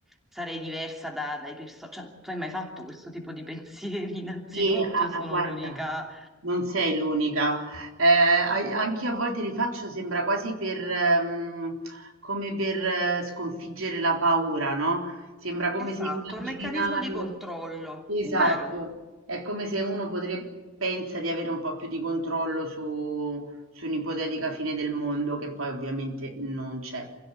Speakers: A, in the centre; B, on the right.
A: sarei diversa da- dai personaggi. Cioè, tu hai mai fatto questo tipo di pensieri? <laughs> Innanzitutto
B: Sì, a
A: sono
B: a guarda,
A: l'unica.
B: non sei l'unica. Eh, a- anch'io a volte li faccio, sembra quasi per, ehm, come per eh, sconfiggere la paura, no? Sembra come
A: Esatto,
B: se immaginarlo.
A: è un meccanismo di controllo,
B: Esatto,
A: vero?
B: è come se uno potrebbe, pensa di avere un po' più di controllo su, su un'ipotetica fine del mondo, che poi ovviamente non c'è.